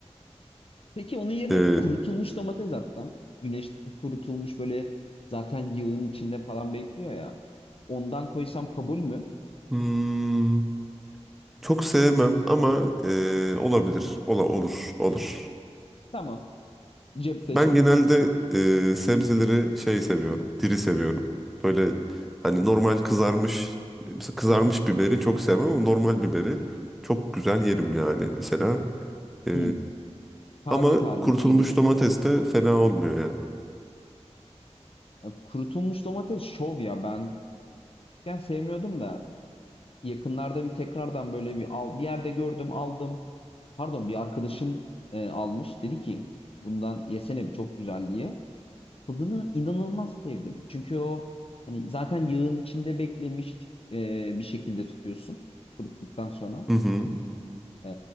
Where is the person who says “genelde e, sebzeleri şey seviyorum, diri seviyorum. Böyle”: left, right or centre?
Centre